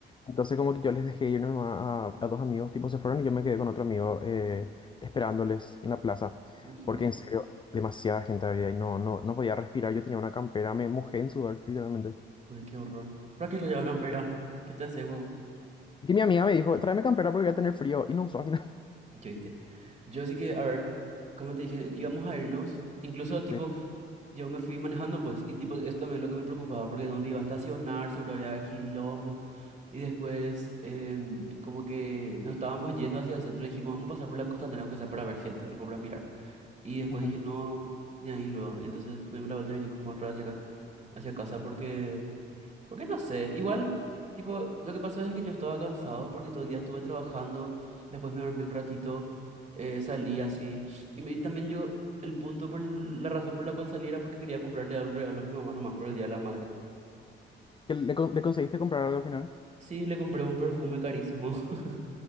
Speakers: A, on the left (about 25°); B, on the right (about 35°).
A: Entonces como que yo les dejé ir nomás a, a dos amigos, tipo se fueron y yo me quedé con otro amigo eh, esperándoles en la plaza,
B: ujú.
A: porque en serio, demasiada gente había y no, no, no podía respirar, yo tenía una campera, me mojé en sudor, literalmente.
B: Ay, qué horror. ¿Para qué lo lleva campera? ¿Qué te hace, wow?
A: Y que mi amiga me dijo, tráeme campera porque voy a tener frío y no usó al final. <laughs>
B: Yo, ¿viste? Yo sí que, a ver, como te dije, íbamos a irnos. Incluso, tipo,
A: Sí.
B: yo me fui manejando, pues, y, tipo, esto también es lo que me preocupaba, porque dónde iba a estacionar, seguro había quilombo. Y después, em, como que nos estábamos yendo hacia el centro, dijimos, vamos a pasar por la costanera, aunque sea para ver gente, tipo, para mirar. Y después
A: Ujú.
B: dije, no, ni ahí luego. Y entonces, no dimos la vuelta y vinimos nomás otra vez hacia acá, hacia casa, porque. Porque no sé, igual, tipo, lo que pasó es que yo estaba cansado porque todo el día estuve trabajando, después me dormí un ratito, eh, salí así, y, me, y también yo, el punto por el- la razón por la cual salí era porque quería comprarle un regalo a mi mamá nomás por el Día de la Madre.
A: ¿Que le, con- le conseguiste comprar algo al final?
B: Sí, le compré un perfume carísimo, <laughs>